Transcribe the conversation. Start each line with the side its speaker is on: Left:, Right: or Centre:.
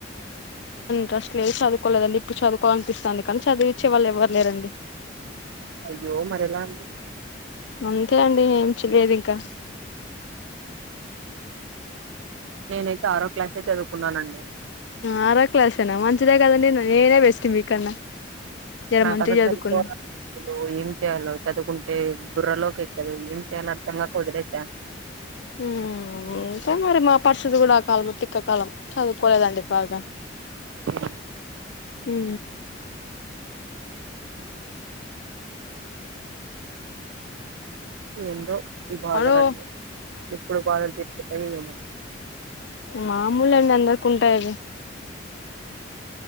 Left: ట్రస్ట్లు ఏ చదువుకోలేదండి ఇప్పుడు చదువుకోవాలనిపిస్తుంది కానీ చదివించే వాళ్ళ ఎవరురండి
Right: అయ్యో మరి ఎలా అండి
Left: అంతే అండి ఏం చెలేదు ఇంకా
Right: నేనైతే ఆరో క్లాసే చదువుకున్నానండి
Left: ఆరో క్లాసేనా మంచిదే కదండడి నేనే బెస్ట్ మీకన్నా జర
Right: నాకు
Left: మంచిగా
Right: అక్కడ చదువుకోరా
Left: చదువుకున్నా
Right: ఏం చేయాలో చదువుకుంటే బుర్రలోకి ఏం చేయాలలో అర్థం కాక వదిలేశా
Left: ఉ అకాే మరి మా పరిస్థితి కూడా ఆ కాలం తిక్కకాలం చదువుకోలేదండి బాగా
Right: హ్మ్.
Left: హ
Right: ఏందో ఈ బాధలన్నీ
Left: అడో
Right: ఎప్పుడు బాధలు తిరుకుతాయి ఏమో
Left: మామూలు అండి అందరికి ఉంటాయివి